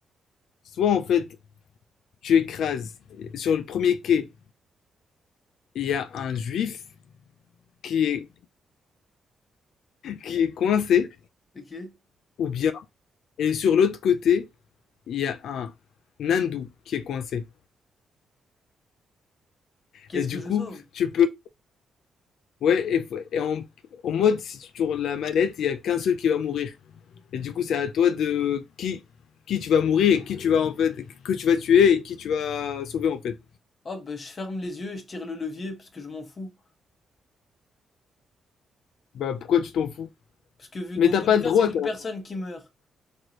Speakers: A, on the left; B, on the left.
A: soit en fait, tu écrases sur le premier quai, il y a un juif qui est, qui est coincé,
B: Ok.
A: ou bien, et sur l'autre côté, il y a un, un hindou qui est coincé.
B: Qu'est-ce
A: Et du
B: que je
A: coup,
B: sauve?
A: tu peux. Ouais, et, et en, en mode, si tu tournes la mallette, il y a qu'un seul qui va mourir. Et du coup, c'est à toi de qui, qui tu vas mourir et qui tu vas en fait, que tu vas tuer et qui tu vas sauver en fait.
B: Oh, ben, je ferme les yeux et je tire le levier parce que je m'en fous.
A: Bah pourquoi tu t'en fous?
B: Parce que vu
A: Mais
B: dans
A: t'as
B: tous
A: pas
B: les cas,
A: le droit.
B: c'est une
A: t'as-
B: personne qui meurt.